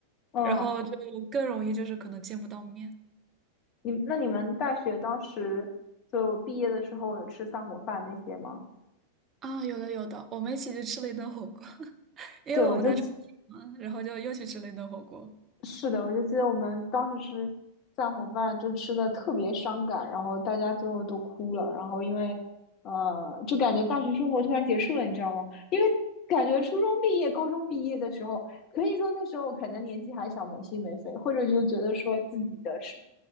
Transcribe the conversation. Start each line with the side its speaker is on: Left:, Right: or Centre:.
Left: 嗯，
Right: 然后就更容易就是可能见不到面
Left: 你那你们大学当时就毕业的时候有吃散伙饭那些吗？
Right: 啊。有的有的，我们一起去吃了一顿火锅，<laughs> 因为我们在重庆嘛，
Left: 对，我就
Right: 然后就又去吃了一顿火锅。
Left: 是的，我就记得我们当时吃散伙饭，就吃的特别伤感，然后大家最后都哭了，然后因为，呃，就感觉大学生活突然结束了，你知道吗？因为感觉初中毕业、高中毕业的时候，可以说那时候可能年纪还小，没心没肺，或者就觉得说自己的是